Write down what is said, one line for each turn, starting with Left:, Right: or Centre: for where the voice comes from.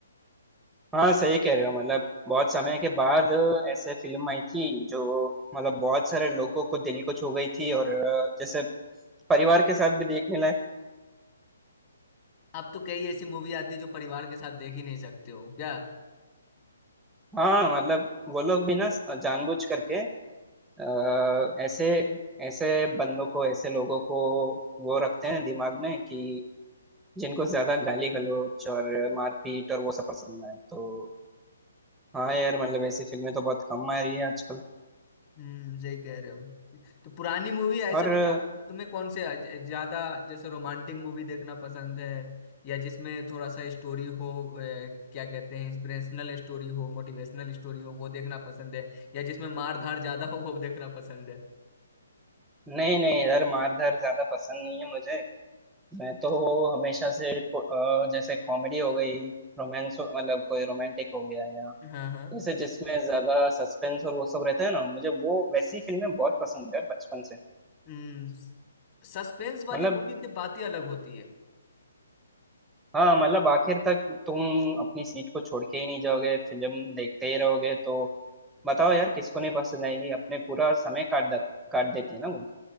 Centre: हाँ सही कह रहे हो मतलब बहुत समय के बाद अ, ऐसे फिल्म आई थी जो मतलब बहुत सारे लोगों को दिल को छू गई थी और अ, जैसे परिवार के साथ भी देखने लायक
Left: अब तो कई ऐसी मूवी आती है जो परिवार के साथ देख ही नहीं सकते हो क्या
Centre: हाँ मतलब वो लोग भी ना जानबूझ करके अ, ऐसे ऐसे बंदों को ऐसे लोगों को वो रखते हैं दिमाग में कि जिनको ज्यादा गाली गलौज और मारपीट और वो सब पसंद है तो हाँ यार मतलब ऐसी फिल्में तो बहुत कम आ रही है आजकल
Left: हम्म सही कह रहे हो तो पुरानी मूवी ऐसे
Centre: और
Left: बताओ
Centre: अ,
Left: तुम्हें कौन से ज- ज्यादा जैसे रोमांटिक मूवी देखना पसंद है या जिसमें थोड़ा सा स्टोरी हो अ, क्या कहते हैं इंस्पिरेशनल स्टोरी हो मोटिवेशनल स्टोरी हो वो देखना पसंद है या जिसमें मार धार ज्यादा हो वो देखना पसंद है
Centre: नहीं नहीं यार मार धार ज्यादा पसंद नहीं है मुझे मैं तो हमेशा से को- अ, जैसे कॉमेडी हो गई रोमांस मतलब कोई रोमांटिक हो गया या
Left: हाँ हाँ
Centre: जैसे जिसमें ज्यादा सस्पेंस और वो सब रहता है ना मुझे वो वैसी फिल्में बहुत पसंद है बचपन से
Left: हम्म सस्पेंस वाली
Centre: मतलब
Left: मूवी की बात ही अलग होती है
Centre: हाँ मतलब आखिर तक तुम अपनी सीट को छोड़ के ही नहीं जाओगे फिल्म देखते ही रहोगे तो बताओ यार किसको नहीं पसंद आएगी अपने पूरा समय काट दा- काट देती है ना वो